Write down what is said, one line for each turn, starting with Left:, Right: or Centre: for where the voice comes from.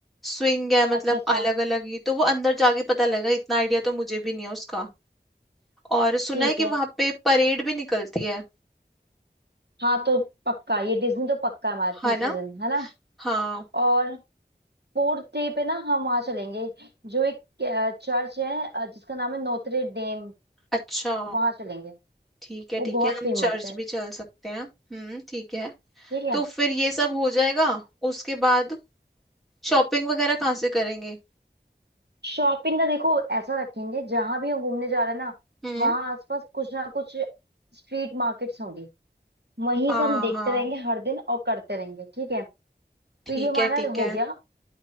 Centre: स्विंग है मतलब
Right: अच्छा अच्छा
Centre: अलग अलग ही तो वो अंदर जाके पता लगेगा इतना आइडिया तो मुझे भी नहीं है उसका और सुना
Right: ठीक
Centre: है कि
Right: है
Centre: वहां पे परेड भी निकलती है
Right: हाँ तो पक्का ये डिज्नी तो पक्का है हमारा तीसरा
Centre: है ना
Right: दिन है ना
Centre: हाँ
Right: और फोर्थ डे पे ना हम वहाँ चलेंगे जो एक चर्च है अ, जिसका नाम है नोत्रे डेम
Centre: अच्छा
Right: वहां चलेंगे
Centre: ठीक है
Right: वो
Centre: ठीक
Right: बहुत
Centre: है हम
Right: फेमस
Centre: चर्च
Right: है
Centre: भी चल सकते हैं हम्म ठीक है
Right: ठीक है
Centre: तो फिर ये सब हो जाएगा उसके बाद शॉपिंग वगैरह कहाँ से करेंगे
Right: शॉपिंग का देखो ऐसा रखेंगे जहां भी हम घूमने जा रहे हैं ना
Centre: हम्म
Right: वहां आसपास कुछ ना कुछ स्ट्रीट मार्केट्स होंगी वहीं
Centre: हाँ
Right: से हम देखते
Centre: हाँ
Right: रहेंगे हर दिन और करते रहेंगे ठीक है तो
Centre: ठीक
Right: ये हमारा
Centre: है ठीक
Right: हो
Centre: है
Right: गया